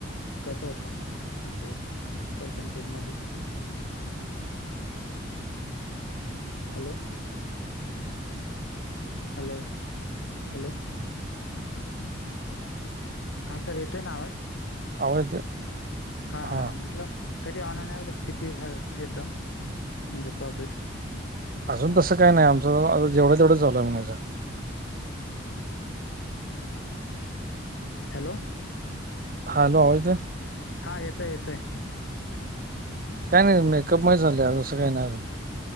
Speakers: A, on the left (about 75°); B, on the right (about 45°).
A: कसं होतं, म्हणजे पर्सेंटेजमध्ये? हॅलो. Hello, hello. हा सर येतोय ना आवाज?
B: आवाज येतोय.
A: हां
B: हा
A: हां म्हटलं तरी ऑन ऑन ॲव्हरेज किती येतं, म्हणजे प्रॉफिट?
B: अजून तसं काय नाही आमचं, जेवढं तेवढं झाललंय म्हणायचं.
A: हॅलो.
B: हा हॅलो आवाज येतोय.
A: हा येतोय येतोय.
B: काही नाही मेकअप म झाले आजुन, असं काही नाही आजुन.